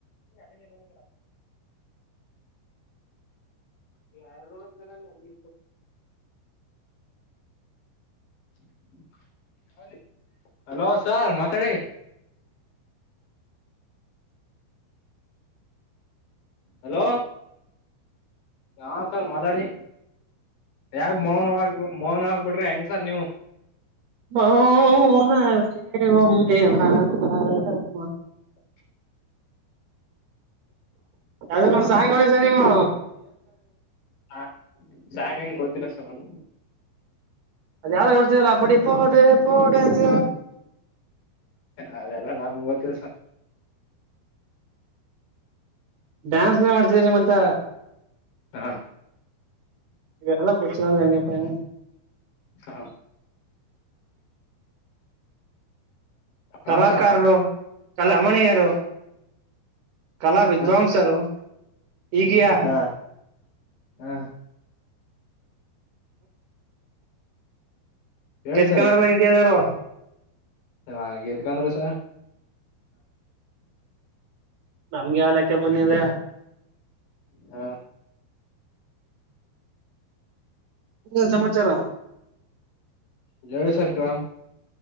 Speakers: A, on the left; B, on the right.
A: ನೀ ಅಲ್ಲಿ ಇಂದ ಬಂದು ಕಡ ಈ ರೂಣ್ದ್ ಮೇಲ್ ಅಲ್ಲಿ <unintelligible> ಹಲೋ ಸರ್ ಮಾತಾಡಿ ಹಲೋ ಯಾ ಸಾರ್ ಮಾತಾಡಿ ಯಾಕ್ ಮೌನವ ಮೌನ ಆಗ್ಬಿಟ್ರಿ ಹೆಂಗ್ ಸರ್ ನೀವು
B: ಮೌನವೇ ಒಮ್ಮೆ ಮಾತಾಡಮ್ಮ
A: ಹ <unintelligible>
B: ಅವರ್ ಒ ಸಾಯಳಸ ನಿಮ್ಮ್
A: ಹ ಸಾಂಗ್ ಹೆಂಗೆ ಗೊತ್ತಿಲ್ಲ ಸರ್ ನಮ್ಮ್
B: ಅದು ಯಾವದೋ ಹೇಳ್ತೀದೆ ಅಲ್ವಾ ಆಪಡಿ ಪೋಡೆ ಪೋಡೆ ಅಂತ
A: ಅದೆಲ್ಲ ನನಗ ಮೂವತ್ತೆ ಸ
B: ಡ್ಯಾನ್ಸ್ ನೇ ಮಾಡ್ತಿದೆ ಮತ್ತೆ
A: ಹಾ.
B: ಎಲ್ಲ ಕುಡಚರಾ ಹೆಂಗಪಾ ಹೆಂಗೆ
A: ಹಾ.
B: ಕಲಾಕಾರರು
A: ಹನ್ ಸರ್
B: ಕಲಮಣೀಯರು ಕಲಾ ವಿದ್ವಾಂಸರು.
A: ಹ
B: ಈಗಯ
A: ಹಾ ಹಾ. ಹೇಳಿ
B: ಗೆದ್ದಕೊಂಡ್ರಲ್ಲ ಇಂಡಿಯದಾವ್ರು.
A: ಹಾ ಗೆದ್ದಕೊಂಡ್ರು ಸಹ
B: ನಮ್ಗೆ ಯಾವಲೆಕ್ಕ ಬಂದಿದೆ.
A: ಹಾ.
B: ಇನ್ನೇನು ಸಮಮಾರರು
A: ಜವಳಿ ಸರ್ಕಲ್ <unintelligible>